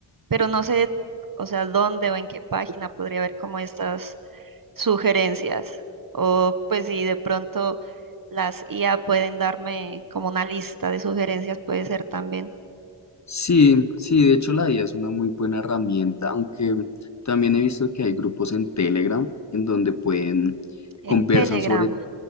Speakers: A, on the right; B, on the left.
A: pero no sé, o sea, dónde o en qué página podría ver como estas sugerencias. O pues si de pronto las IA pueden darme como una lista de sugerencias, puede ser también
B: Sí, sí, de hecho la IA es una muy buena herramienta, aunque también he visto que hay grupos en Telegram en donde pueden
A: en
B: conversan
A: Telegram.
B: sobre,